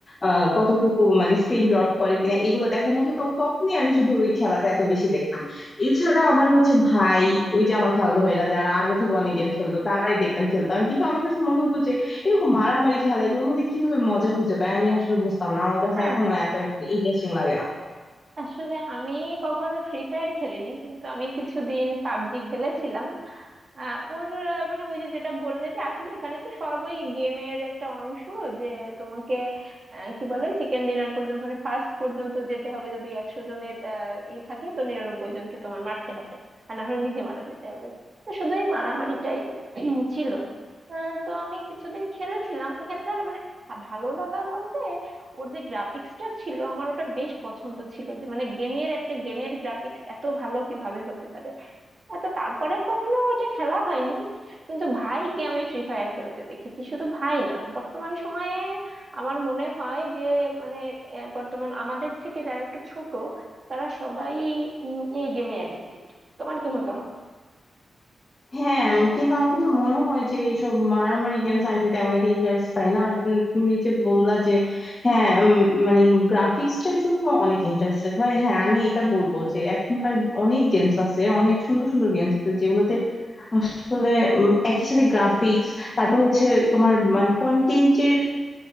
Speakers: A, on the left (about 30°); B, on the right (about 45°).
A: আহ কতটুকু মানে স্ক্রিন ড্রপ করে কিনা এগুলো দেখানো হতো তো তখনই আমি শুধু ওই খেলাতে এত বেশি দেখতাম এছাড়া আমার হচ্ছে ভাই ওই যে আমার খালাতো ভাইরা যারা আগে থেকে অনেক গেমস খেলতো তারাই দেখতাম খেলতো আমি কিন্তু আমার কাছে মনে হতো যে এরকম মারামারি খেলা এগুলোর মধ্যে কিভাবে মজা খুঁজে পায় আমি আসলে বুঝতাম না আমার কাছে
B: হ্যাঁ
A: এখনো এত ইন্টারেস্টিং লাগে না
B: আসলে আমি কখনো ফ্রি ফায়ার খেলিনি কিন্তু আমি কিছুদিন পাবজি খেলেছিলাম আহ, ওর আহ, মানে ওই যে যেটা বললে যে আসলে এখানে তো সব ওই গেমের একটা অংশ যে তোমাকে আহ, কি বলে চিকেন ডিনার পর্যন্ত মানে ফার্স্ট পর্যন্ত যেতে হবে যদি একশো জনের আহ, ই থাকে তো নিরানব্বই জনকে তোমার মারতে হবে আর না হলে নিজে মারা যেতে হবে তো শুধু এই মারামারিটাই <clears throat> ছিল আহ, তো আমি কিছুদিন খেলেছিলাম ওখানকার মানে ভা- ভালো লাগা বলতে ওর যে গ্রাফিক্সটা ছিল আমার ওটা বেশ পছন্দ ছিল যে মানে গেমের একটা গেমের গ্রাফিক্স এত ভালো কিভাবে হতে পারে এত তারপরে আর কখনো এটা খেলা হয়নি কিন্তু ভাইকে আমি ফ্রি ফায়ার খেলতে দেখেছি শুধু ভাই না বর্তমান সময়ে আমার মনে হয় যে মানে আহ, বর্তমান আমাদের থেকে যারা একটু ছোট তারা সবাই উম, এই গেমে অ্যাডিক্টেড তোমার কি মতামত
A: হ্যাঁ উম, কিন্তু আমার কাছে মনে হয় যে এইসব মারামারি গেমস আমি তেমন একটা ইন্টারেস্ট পাই না আর উম, তুমি যে বললা যে হ্যাঁ উম, মানে গ্রাফিক্সটার জন্য অনেক ইন্টারেস্টেড হয় হ্যাঁ আমি এটা বলবো যে এখনকার অনেক গেমস আছে অনেক সুন্দর সুন্দর গেমস আছে যেগুলোতে আসলে উম, একই সাথে গ্রাফিক্স তারপর হচ্ছে তোমার মানে কন্টেন্টের